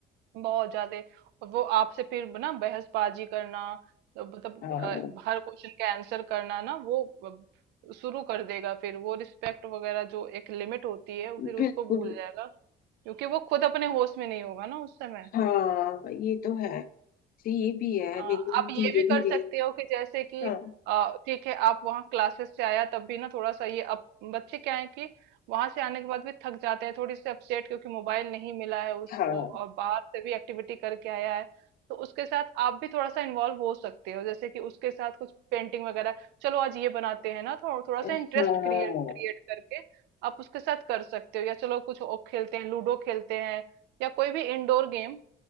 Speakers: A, on the right; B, on the left.
A: बहुत ज्यादा और वो आपसे फिर ना बहसबाजी करना मतलब
B: हाँ
A: अ, हर क्वेश्चन का आंसर करना ना वो अ, शुरू कर देगा फिर वो रिस्पेक्ट वगैरह जो एक लिमिट होती है वो फिर उसको
B: बिल्कुल
A: भूल जाएगा क्योंकि वो खुद अपने होश में नहीं होगा ना उस समय
B: हाँ ये तो है तो ये भी है
A: हाँ,
B: मेरे को
A: आप ये
B: धीरे
A: भी
B: धीरे
A: कर सकते हो कि जैसे कि
B: हाँ
A: अ, ठीक है आप वहाँ क्लासेस से आया तब भी ना थोड़ा सा ये अब बच्चे क्या है कि वहां से आने के बाद भी थक जाते हैं थोड़ी सी अपसेट क्योंकि मोबाइल नहीं मिला है उसको
B: हाँ
A: और बाहर से भी एक्टिविटी करके आया है तो उसके साथ आप भी थोड़ा सा इन्वॉल्व हो सकते हो जैसे कि उसके साथ कुछ पेंटिंग वगैरह चलो आज ये बनाते हैं ना थोड़ा थोड़ा सा
B: हाँ
A: इंटरेस्ट क्रिएट क्रिएट करके आप उसके साथ कर सकते हो या चलो कुछ और खेलते हैं लूडो खेलते हैं या कोई भी इंडोर गेम